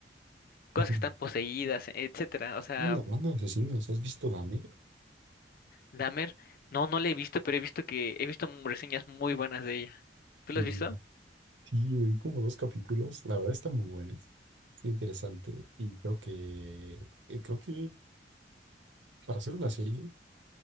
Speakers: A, on the left; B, on the right.
A: cosas
B: <laughs>
A: que están poseídas, etcétera. O sea,
B: Ujú. Uh, hablando de asesinos, ¿has visto Dahmer?
A: Dahmer, no, no la he visto, pero he visto que he visto m- reseñas muy buenas de ella. ¿Tú las
B: Y
A: has visto?
B: sí, me vi como dos capítulos. La verdad está muy buena, está interesante y creo que, eh, creo que para hacer una serie